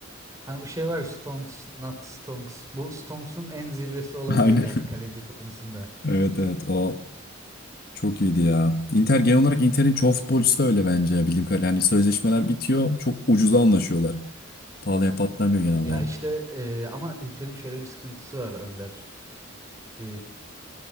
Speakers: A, on the right (about 15°); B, on the left (about 50°).
A: Hani bu şey var Stonks, not Stonks. Bu Stonks'un en zirvesi olabilir
B: <laughs> Aynen.
A: yani kaleci konusunda.
B: Evet evet o çok iyiydi ya. Inter genel olarak Inter'in çoğu futbolcusu da öyle bence bildiğim kadarıyla. Hani sözleşmeler bitiyor çok ucuza anlaşıyorlar. Pahalıya patlamıyor genel olarak.
A: Ya işte e, ama Inter'in şöyle bir sıkıntısı var Önder. E,